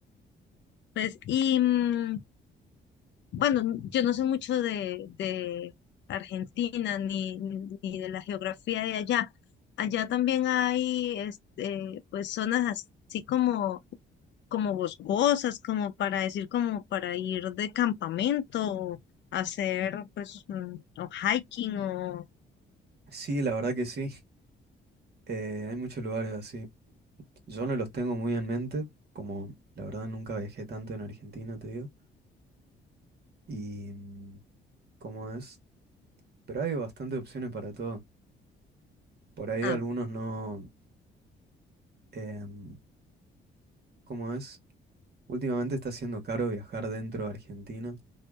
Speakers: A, on the left; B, on the right.
A: pues, y... mm, Bueno, yo no sé mucho de, de Argentina ni, ni de la geografía de allá. Allá también hay este, pues zonas así como, como boscosas, como para decir, como para ir de campamento, hacer pues mm, o hiking o
B: Sí, la verdad que sí. Eh, hay muchos lugares así. Yo no los tengo muy en mente, como la verdad nunca viajé tanto en Argentina, te digo. Y mm, cómo es. Pero hay bastantes opciones para todo. Por ahí
A: ah,
B: algunos no. em, ¿cómo es? Últimamente está siendo caro viajar dentro de Argentina.